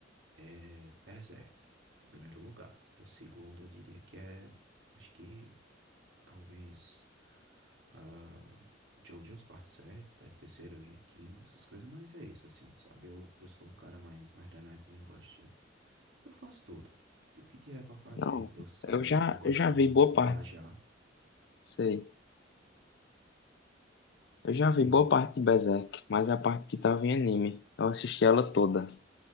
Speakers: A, on the right; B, on the left.
A: é Berserk, o primeiro lugar. O segundo, eu diria que é, acho que talvez ah, JoJo's Part 7, tá? terceiro e quinto, essas coisas. Mas é isso, assim, sabe? Eu, eu sou um cara mais, mais danadinho, eu gosto. de- Eu faço tudo. O que tiver pra fazer,
B: Não,
A: eu, eu saio.
B: eu já,
A: Eu gosto
B: eu já
A: também
B: vi
A: muito
B: boa
A: de
B: parte,
A: viajar.
B: sei. Eu já vi
A: Hum.
B: boa parte de Berserk, mas a parte que tava em anime, eu assisti ela toda.